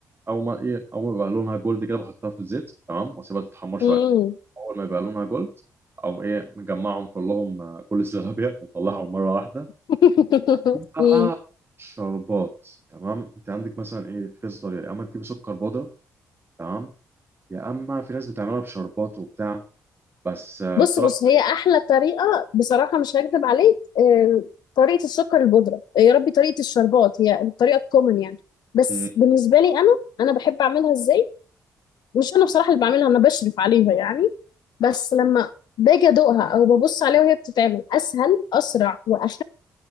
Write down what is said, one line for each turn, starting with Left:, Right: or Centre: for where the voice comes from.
Right: اول ما ايه اول ما بيبقى لونها جولد كده بحطها في الزيت تمام واسيبها تتحمر شويه
Left: مم.
Right: اول ما يبقى لونها جولد اقوم ايه مجمعهم كلهم آه، كل الزلابيا وطلعهم <laughs> مره واحده
Left: <laughs>
Right: في بقى
Left: مم.
Right: شربات تمام انت عندك مثلا ايه في كذا طريقه يا اما تجيب سكر بودره تمام يا اما في ناس بتعملها بشربات وبتاع بس آه،
Left: بص
Right: بصراحه
Left: بص هي احلى طريقه بصراحه مش هكدب عليك آه، طريقه السكر البودره آه، يا ربي طريقه الشربات هي الطريقه الكومن يعني بس
Right: مم،
Left: بالنسبه لي انا انا بحب اعملها ازاي مش انا بصراحه اللي بعملها انا بشرف عليها يعني بس لما باجي ادوقها او ببص عليها وهي بتتعمل اسهل اسرع واخف